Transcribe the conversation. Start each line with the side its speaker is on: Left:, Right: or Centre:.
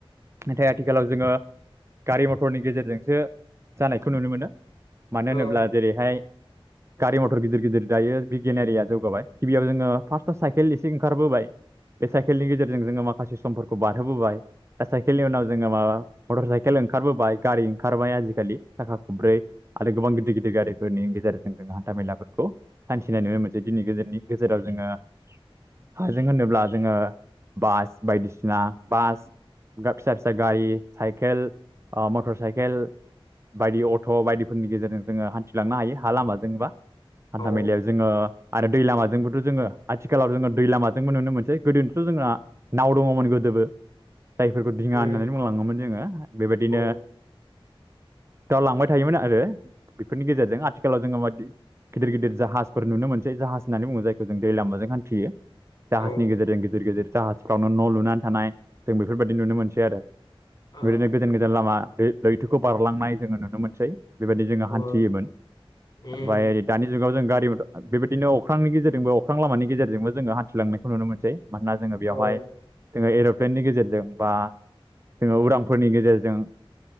Right: नाथाय आथिखालाव जोङो गारि मटरनि गेजेरजोंसो जानायखौ नुनो मोनो। मानो
Left: औ
Right: होनोब्ला जेरैहाय गारि मथर गिदिर गिदिर दायो बिगियानारिया जौगाबाय गिबियाव जोङो फार्स्टआव साइकेल एसे ओंखारबोबाय बे साइकेलनि गेजेरजों जोङो माखासे समफोरखौ बारहोबोबाय दा साइकेलनि उनाव जोङो माबा मटर साइकेल ओंखारबोबाय गारि ओंखारबाय, आजिखालि साखा खब्रै आरो गोबां गिदिर गिदिर गारिफोरनि गेजेरजों जोंहा हान्था मेलाफोरखौ हान्थिनाय नुनो मोनसै दिनै गोजोननि गेजेराव जोङो हाजों होनोब्ला जोङो बास बायदिसिना बास बा फिसा फिसा गारि, साइकेल, ओ मटर साइकेल बायदि अट' बायदिफोरनि गेजेरजों जोङो हान्थिलांनो हायो हा लामाजोंबा हान्था
Left: औ
Right: मेलायाव ओ आरो दै लामाजोंबोथ' जोङो आथिखालाव जोङो दै लामाजोंबो नुनो मोनसै गोदोनिथ' जोंहा नाव दङ' मोन गोदोबो
Left: <unintelligible>
Right: जायफोरखौ दिङा
Left: उम
Right: होननानै बुंलाङोमोन जोङो। बेबायदिनो
Left: औ <unintelligible>
Right: दावलांबाय थायोमोन आरो बेफोरनि गेजेरजों आथिखालाव जोङो मादि गिदिर गिदिर जाहाज फोर नुनो मोनसै जाहाज होननानै बुङो जायखौ जों दै लामाजों हान्थियो। जाहाजनि
Left: औ
Right: गेजेरजों गिदिर गिदिर जाहाजफ्रावनो न' लुनानै थानाय जों बेफोरबायदि नुनो मोनसै आरो
Left: आ
Right: बिदिनो गोजान गोजान लामा लै-लैथोखौ बारलांनाय जोङो नुनो मोनसै। बेबायदि जोङो
Left: अ
Right: हान्थियोमोन
Left: उम
Right: ओमफ्राय ओरै दानि जुगाव जों गारि मथर बेबायदिनो अख्रांनि गेजेरजोंबो अख्रां लामानि गेजेरजोंबो जोङो हान्थिलांनायखौ नुनो मोनसै। मानोना जोङो
Left: औ
Right: बेवहाय जोङो एर' प्लेननि गेजेरजों बा जोङो उरांफोरनि गेजेरजों